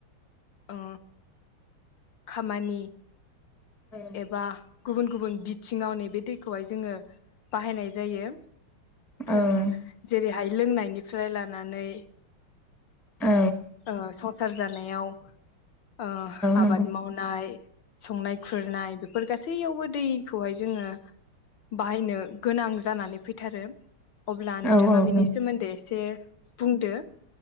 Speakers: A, on the left (about 65°); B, in the centre.
A: अ खामानि
B: औ
A: एबा। गुबुन गुबुन बिथिङाव नै बे दैखौहाय जोङो बाहायनाय जायो।
B: औ
A: ओ जेरैहाय। लोंनायनिफ्राय लानानै।
B: औ
A: ओ संसार जानायाव अ आबाद
B: नंगौ
A: मावनाय संनाय खुरनाय बेफोर गासैयावबो दैखौहाय जोङो बाहायनो गोनां जानानै फैथारो अब्ला नोंथाङा
B: औ औ
A: बिनि
B: नंगौ
A: सोमोन्दै एसे बुंदो